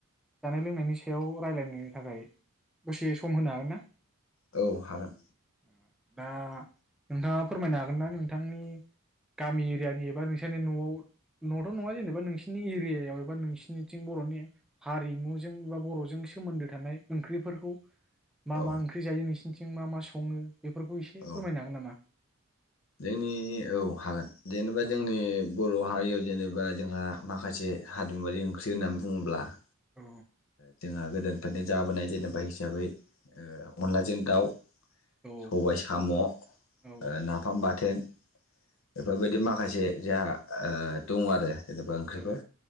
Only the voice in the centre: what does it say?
जानाय लोंनायनि सायाव रायलायनो थाखाय दसे सम होनो हागोन ना?
आ दा नोंथांङा फोरमायनो हागोन ना नोंथांनि गामि एरियानि एबा नोंसानि न'आव न'थ' नंङा जेनेबा नोंसोरनि एरियायाव एबा नोंसोरनिथिं बर'नि हारिमुजों एबा बर'जों सोमोन्दो थानाय ओंख्रिफोरखौ मा
मा ओंख्रि जायो नोंसि बिथिं मा मा संङो? बेफोरखौ इसे
फोरमायनो हागोन नामा?
औ
औ
औ
औ
औ